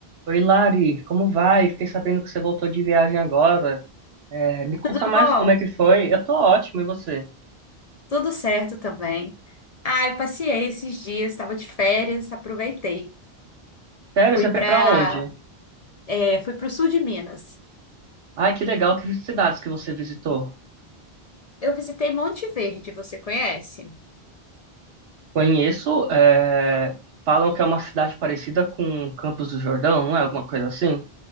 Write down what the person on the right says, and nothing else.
Oi, Lari, como vai? Fiquei sabendo que você voltou de viagem agora. É, me conta
mais como é que foi. Eu tô ótimo, e você?
Sério,
você foi
pra onde?
Ai, que legal, que cidades que você visitou.
Conheço, é, falam que é uma cidade parecida com Campos do Jordão, não é? Alguma coisa assim?